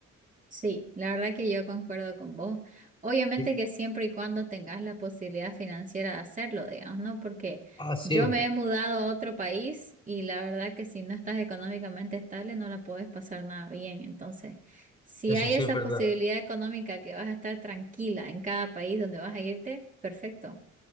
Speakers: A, on the right; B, on the left.
A: Sí, la verdad que yo concuerdo con vos. Obviamente
B: Sí.
A: que siempre y cuando tengas la posibilidad financiera de hacerlo, digamos, ¿no? Porque
B: Ah,
A: yo
B: sí,
A: me he mudado a otro país y la verdad que si no estás económicamente estable no la puedes pasar nada bien. Entonces, si
B: eso
A: hay
B: sí
A: esa
B: es verdad.
A: posibilidad económica que vas a estar tranquila en cada país donde vas a irte, perfecto.